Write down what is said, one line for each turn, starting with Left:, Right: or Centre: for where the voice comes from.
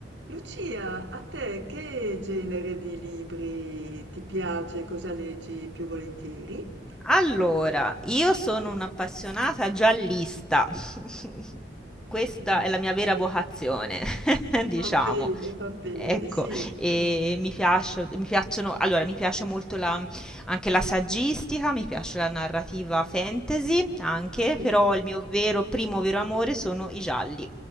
Right: Lucia, a te che genere di libri ti piace? Cosa leggi più volentieri?
Centre: Allora, io sono un'appassionata giallista. <laughs> Questa
Right: <laughs>
Centre: è la mia vera vocazione, <laughs> diciamo.
Right: Va bene, va bene,
Centre: Ecco,
Right: sì,
Centre: e mi piace- mi piacciono, allora, mi piace molto la- anche la saggistica, mi piace la narrativa fantasy anche,
Right: sì,
Centre: però il mio vero, primo vero amore sono i gialli.